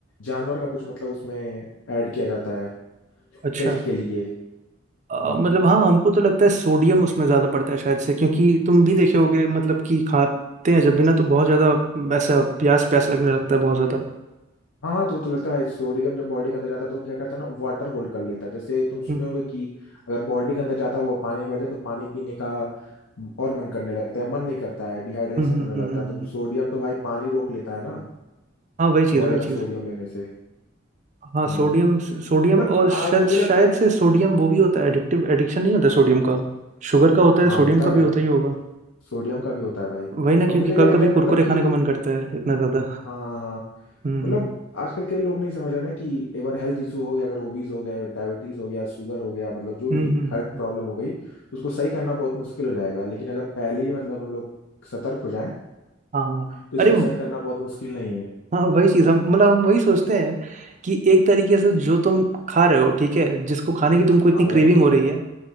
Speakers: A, on the left; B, on the right.
A: जानवर का कुछ मतलब उसमें ऐड किया जाता है
B: अच्छा
A: टेस्ट के लिए
B: अ,
A: हाँ
B: मतलब हाँ हमको तो लगता है सोडियम उसमें ज़्यादा पड़ता है शायद से क्योंकि तुम भी देखे होगे मतलब कि खाते हैं जब भी ना तो बहुत ज़्यादा ऐसा प्यास प्यास लगने लगता है बहुत ज़्यादा
A: हाँ हाँ तो वो तो लगता है भाई सोडियम जब बॉडी के अंदर जाता है तो वो क्या करता है ना वाटर होल्ड कर लेता है जैसे तुम सुने
B: हम्म
A: होगे कि अगर बॉडी के अंदर ज्यादा हुआ पानी भर जाए तो पानी पीने का और मन करने लगता है मन नहीं करता है डिहाइड्रेशन
B: हम्म हम्म,
A: होने
B: हम्म,
A: लगता
B: हम्म।
A: है तो
B: हम्म।
A: सोडियम तो भाई पानी रोक लेता है ना
B: हाँ वही चीज़
A: बहुत
B: वही
A: ज्यादा
B: चीज़
A: सोडियम लेने से
B: हाँ
A: हाँ
B: सोडियम सोडियम
A: मतलब
B: और
A: आ,
B: शायद
A: मुझे
B: शायद
A: लगता है कि
B: से सोडियम वो भी होता है एडिक्टिव एडिक्शन नहीं होता सोडियम का शुगर का होता
A: हाँ
B: है सोडियम
A: होता
B: का
A: है
B: भी होता ही होगा
A: सोडियम का भी होता है भाई
B: वही ना क्योंकि
A: और मुझे क्या
B: कभी
A: लगता
B: कभी
A: है
B: कुरकुरे
A: मतलब
B: खाने
A: कि
B: का मन करता है इतना ज़्यादा
A: हाँ हाँ हाँ
B: हम्म
A: मतलब
B: हम्म
A: आजकल के लोग नहीं समझ रहे ना कि अगर हेल्थ इशू हो गया अगर ओबीज हो गया डायबिटीज हो गया शुगर हो गया मतलब जो
B: हम्म
A: भी
B: हम्म, हम्म,
A: हार्ट
B: हम्म।
A: प्रॉब्लम हो गई तो उसको सही करना बहुत मुश्किल हो जाएगा लेकिन अगर पहले ही मतलब हम लोग सतर्क हो जाएं
B: हाँ हाँ
A: तो इसको
B: अरे
A: सही करना बहुत मुश्किल नहीं है
B: हाँ वही चीज हम मतलब हम वही सोचते हैं कि एक तरीके से जो तुम खा रहे हो ठीक है जिसको खाने की तुमको इतनी
A: हाँ भाई
B: क्रेविंग हो रही है